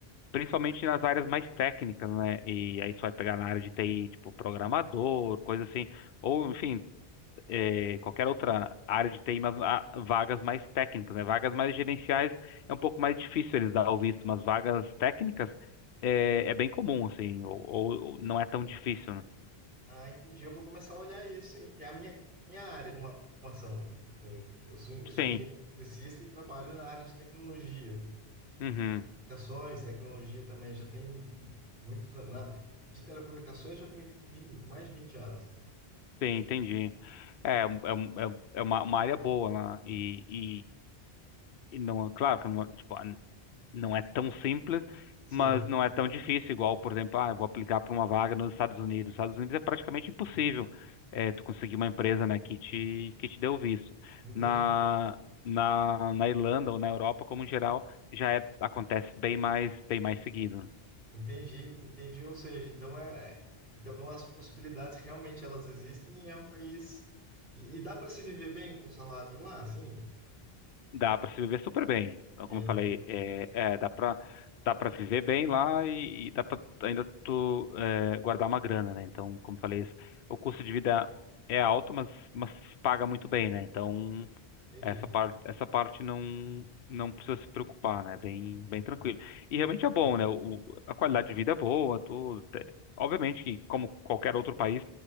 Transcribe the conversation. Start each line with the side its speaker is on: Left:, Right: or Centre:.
Left: principalmente nas áreas mais técnicas, né? E aí você vai pegar na área de TI, tipo programador, coisa assim, ou enfim, eh, qualquer outra área de TI, mas há vagas mais técnicas, né? Vagas mais gerenciais é um pouco mais difícil eles dar o visto, mas vagas técnicas é, é bem comum, assim, ou, ou- ou não é tão difícil, né?
Right: Ah, entendi. Eu vou começar a olhar isso, hein? Que é a minha, minha área de uma- formação. Eu, eu sou, eu sou
Left: Sim,
Right: engenheiro eletricista e trabalho na área de tecnologia. Então,
Left: uhum,
Right: Telecomunicações, tecnologia também, já tem muitos anos. Na, de telecomunicações já tem vi- mais de 20 anos.
Left: sim,
Right: né?
Left: entendi. É, é, um- é, um- é uma, uma área boa lá, e, e, e não, é claro que não, tipo, não é tão simples,
Right: Sim,
Left: mas não é tão difícil, igual, por exemplo, ah, eu vou aplicar para uma vaga nos Estados Unidos. Nos Estados Unidos é praticamente impossível eh, tu conseguir uma empresa, né, que te, que te dê o visto.
Right: entendi,
Left: Na, na, na Irlanda ou na Europa, como em geral, já é, acontece bem mais, bem mais seguido.
Right: entendi, entendi. Ou seja, então é, é- então as possibilidades realmente elas existem e é um país. E, e dá para se viver bem com o salário lá? Sim,
Left: Dá para se viver super bem. Então,
Right: é,
Left: como eu
Right: né?
Left: falei, é, é, dá para dá para viver bem lá e, e dá para ainda tu é, guardar uma grana, né? Então, como eu falei, o custo de vida é alto, mas mas se paga muito bem, né? Então,
Right: Entendi.
Left: essa parte essa parte não não precisa se preocupar, né? Bem bem tranquilo. E realmente é bom, né? O, o- a qualidade de vida é boa, tudo. Te- Obviamente que como qualquer outro país